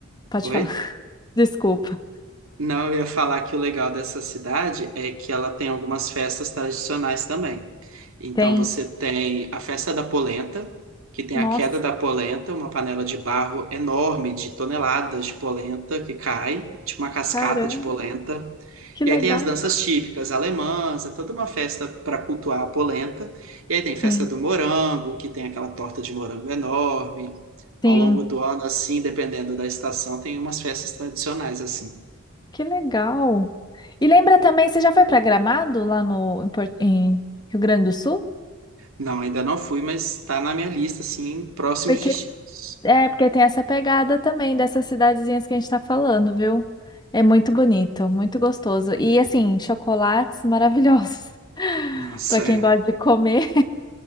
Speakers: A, on the left; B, on the right.
A: pode
B: Oi?
A: falar. <laughs> Desculpa.
B: Não, eu ia falar que o legal dessa cidade é que ela tem algumas festas tradicionais também. Então
A: Tem.
B: você tem a festa da polenta, que tem
A: Nossa,
B: a queda da polenta, uma panela de barro enorme de toneladas de polenta que cai, tipo uma cascata
A: caramba,
B: de polenta.
A: que
B: E
A: legal.
B: aí tem as danças típicas alemãs, é toda uma festa para cultuar a polenta. E aí tem festa
A: Sim,
B: do morango, que tem aquela torta de morango enorme.
A: sim.
B: Ao longo do ano, assim, dependendo da estação, tem umas festas tradicionais assim.
A: Que legal. E lembra também, você já foi para Gramado lá no em, Por- em Rio Grande do Sul?
B: Não, ainda não fui, mas tá na minha lista, assim, próximos
A: Porque
B: destinos.
A: é porque tem essa pegada também dessas cidadezinhas que a gente está falando, viu? É muito bonito, muito gostoso. E assim, chocolates maravilhosos. <laughs>
B: Nossa,
A: Para quem
B: é
A: gosta de comer,